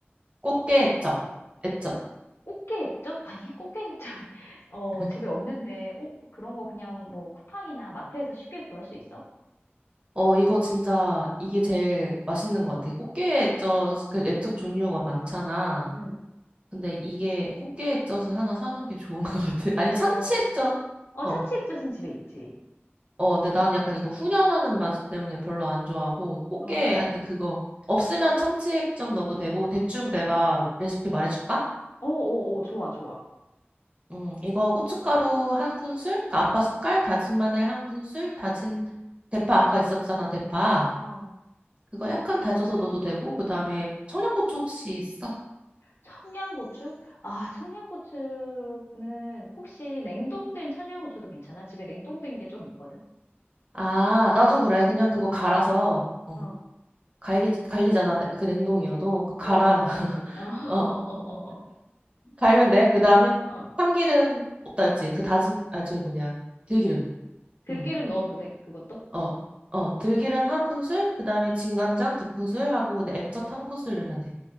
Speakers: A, on the right; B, on the left.
A: 꽃게 액젓. 액젓.
B: 꽃게 액젓? 아니, 꽃게 액젓. <laughs> 어,
A: <laughs>
B: 집에 없는데, 어, 그런 거 그냥 뭐 쿠팡이나 마트에서 쉽게 구할 수 있어?
A: 어, 이거 진짜 이게 제일 맛있는 것 같아. 꽃게 액젓, 그 액젓 종류가 많잖아.
B: 응.
A: 근데 이게 꽃게 액젓을 하나 사놓은 게 좋은 것 같아. 아니면
B: 어,
A: 참치 액젓.
B: 어,
A: 어.
B: 참치 액젓은 집에 있지.
A: 어, 근데 나는 약간 이거 훈연하는 맛 때문에 별로 안 좋아하고, 꽃게,
B: 어,
A: 하여튼
B: 어
A: 그거, 없으면 참치액젓 넣어도 되고, 대충 내가 레시피 말해줄까?
B: 어 어, 좋아, 좋아.
A: 음, 이거 고춧가루 한 큰술, 그러니까 아빠 숟갈, 다진 마늘 한 큰술, 다진 대파 아까 있었잖아, 대파.
B: 어,
A: 그거 약간 다져서 넣어도 되고, 그 다음에 청양고추 혹시 있어?
B: 청양고추? 아, 청양고추는 혹시 냉동된 청양고추도 괜찮아? 집에 냉동된 게 좀 있거든?
A: 아, 나도 그래. 그냥 그거 갈아서, 어,
B: 어,
A: 갈리, 갈리잖아, 그 냉동이어도. 그 갈아.
B: 어, 어, 그렇지.
A: <laughs>
B: <laughs> 어, 어,
A: 어.
B: 어,
A: 갈면 돼. 그 다음에
B: 어. 어.
A: 참기름 없다 했지. 그 다진 아 저 뭐냐 들기름.
B: 들기름
A: 응.
B: 넣어도 돼, 그것도?
A: 어. 어, 들기름 한 큰술, 그 다음에 진간장 두 큰술 하고, 근데 액젓 한 큰술 넣으면 돼.